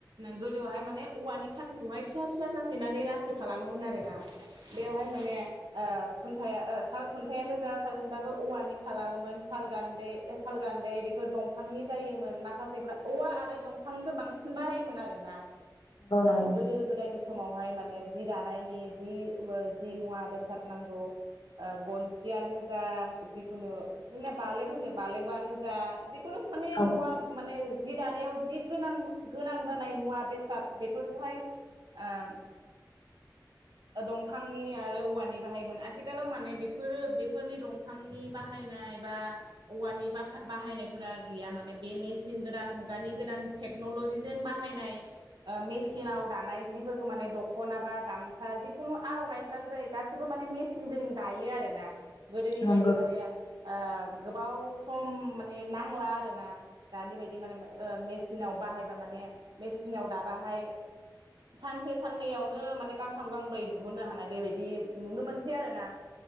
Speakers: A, on the right; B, on the left.
A: गोदोहाय माने औवानि खाथिखौहाय फिसा फिसा फिसा सैनानै रासो खालामोमोन आरो ना बेवहाय माने ओ खुन्थाया ओ साल खुन्थायानो जा साल खुन्थाखौ औवानि खालामोमोन सालगान्दै सालगान्दै बेफोर दंफांनि जायोमोन माखासेफ्रा औवा आरो दं फांनिखौ बांसिन बाहायोमोन आरो ना ओ
B: नंगौ
A: गोदो गोदायनि समावहाय माने जि दानायनि जिव जि मुवा बेसाद नांगौ ओ गनसियानो जा जिखुनु जोंना बालेब होनो बालेबयानो जा जिख खुनु माने
B: औ
A: मुवा माने जि दानायाव जि गोनां गोनां जानाय मुवा बेसाद बेफोरखौहाय आम दंफांनि आरो औवानि बाहायोमोन आथ थिखालाव माने बेफोरो बेफोरनि दंफांनि बाहायनाय बा औवानि बाफा बाहायनायफोरा गैया माने बे मेसिन गोदान मुगानि गोदान टेक्नलजिजों बाहायनाय मेसिनाव दानाय जिफोरखौ माने दखना बा गाम सा जिखुनु आरनाइफोरानो जायो गासैबो माने मेसिनजों दायो आरो ना। गोदोनि
B: नंगौ
A: बायदि
B: नंगौ औ
A: माने आ गोबाव सम माने नांला आरोना दानि बायदि माने माने ओ मेचिनाव बाहायबा माने मेसिनाव दाबाहाय सानसे साननैयावनो माने गांथाम गांब्रै दुहुननो हानाय बेबायदि नुनो मोनसै आरो ना।